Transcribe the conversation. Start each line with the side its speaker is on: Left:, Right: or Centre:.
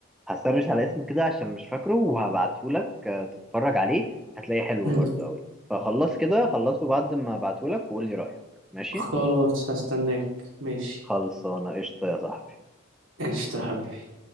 Centre: هسرش على اسمه كده عشان مش فاكره وهبعته لك تتفرج عليه هتلاقيه حلو
Right: <clears throat> مم.
Centre: برضو قوي فخلص كده خلصه بعد ما ابعته لك وقول لي رأيك ماشي
Right: خلاص هستناك ماشي
Centre: خلصانه قشطة يا صاحبي
Right: قشطة يا حبيبي